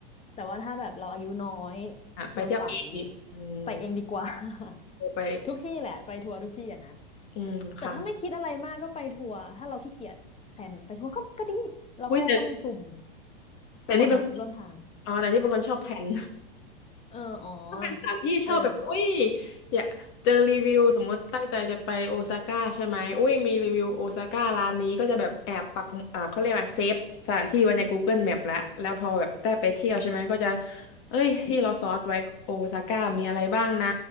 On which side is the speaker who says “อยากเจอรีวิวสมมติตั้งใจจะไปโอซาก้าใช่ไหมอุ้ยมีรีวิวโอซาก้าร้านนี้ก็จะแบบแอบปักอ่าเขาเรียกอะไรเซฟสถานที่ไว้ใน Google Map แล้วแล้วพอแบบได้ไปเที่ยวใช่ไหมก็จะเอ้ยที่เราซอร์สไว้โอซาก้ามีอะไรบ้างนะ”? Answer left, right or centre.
Left